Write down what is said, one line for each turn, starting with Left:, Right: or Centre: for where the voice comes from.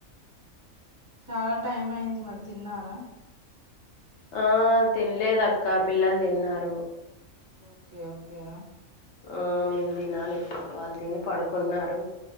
Right: చాలా టైం అయింది మరి తిన్నారా
Left: ఆ తినలేదు అక్క పిల్లలు తిన్నారు
Right: ఓకే ఓకే రా
Left: ఆ మేం తినాలి ఇంకా వాళ్ళు తిని పడుకున్నారు